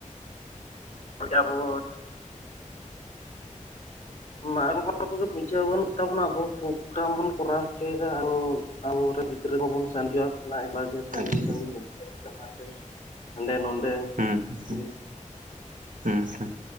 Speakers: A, on the left; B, on the right.
A: <inaudible> ᱟᱵᱚᱣᱟᱜ ᱵᱟᱝ ᱦᱚᱸᱛᱚ ᱟᱵᱚᱜᱮ ᱵᱩᱡᱷᱟᱹᱣ ᱵᱟᱱᱩᱜ ᱛᱟᱵᱚᱱᱟ ᱟᱵᱚ ᱯᱨᱳᱜᱨᱟᱢ ᱵᱚᱱ ᱠᱚᱨᱟᱣ ᱦᱚᱪᱚᱭᱮᱫᱟ ᱟᱵᱚᱮᱱ ᱜᱤᱫᱽᱨᱟᱹ ᱠᱚᱵᱚᱱ ᱥᱮᱱ ᱦᱚᱪᱚᱣᱟᱠᱚ ᱮᱠᱞᱟ ᱮᱠᱞᱟ ᱜᱮ ᱥᱟᱺᱜᱤᱧ
B: ᱟᱪᱪᱷᱟ
A: ᱥᱟᱺᱜᱤᱧ <unintelligible> ᱦᱟᱸᱰᱮ ᱱᱚᱰᱮ
B: ᱦᱩᱸ ᱦᱩ ᱦᱩ
A: ᱜᱤᱫᱽ
B: ᱦᱩᱸ, ᱦᱩ